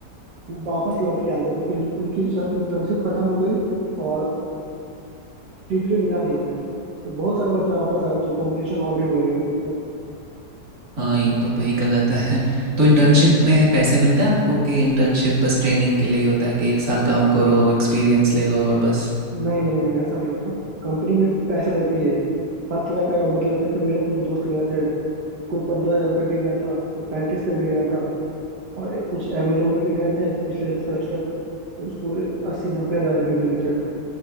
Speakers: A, on the right (about 75°); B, on the right (about 60°).
A: वो वापस लौट के आ गए क्योंकि उनकी इंटर्नशिप खत्म हो गई और जीपीयू मिला नहीं उन्हें तो बहुत सारे बच्चे वापस आए तो कंपटीशन और भी बढ़ गया फिर तो
B: हाँ ये तो भाई गलत है तो इंटर्नशिप में पैसे मिलते हैं आपको कि इंटर्नशिप बस ट्रेनिंग के लिए ही होता है कि एक साल काम करो एक्सपीरियंस ले लो और बस
A: नहीं नहीं नहीं ऐसा नहीं होता कंपनी में पैसे देती है हर तरह का मतलब जैसे मेरे कुछ दोस्त गए थे कोई पंद्रह हजार पे भी गया था कोई पैंतीस पे भी गया था और एक- कुछ अमेजोन में भी गए थे पिछले सेमेस्टर तो उसको अस्सी नब्बे हजार भी मिले थे